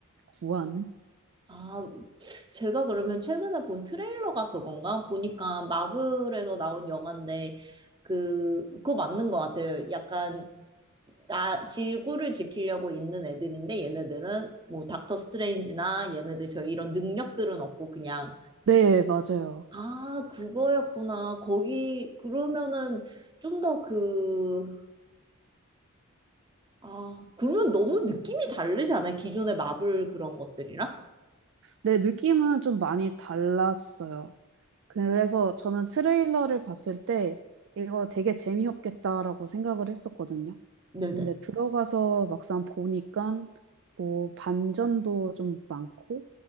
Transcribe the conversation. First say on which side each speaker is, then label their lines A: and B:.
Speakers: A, on the right (about 60°); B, on the right (about 20°).
A: 구하는?
B: 아, 제가 그러면 최근에 본 트레일러가 그건가? 보니까 마블에서 나온 영화인데, 그, 그거 맞는 것 같아요. 약간, 나, 지구를 지키려고 있는 애들인데, 얘네들은 뭐, 닥터 스트레인지나 얘네들 저 이런 능력들은 없고, 그냥,
A: 네, 맞아요.
B: 아, 그거였구나. 거기, 그러면은 좀 더 그, 아, 그러면 너무 느낌이 다르지 않아요? 기존의 마블 그런 것들이랑?
A: 네, 느낌은 좀 많이 달랐어요. 그래서 저는 트레일러를 봤을 때 이거 되게 재미없겠다라고 생각을 했었거든요.
B: 네네.
A: 근데 들어가서 막상 보니까 뭐 반전도 좀 많고,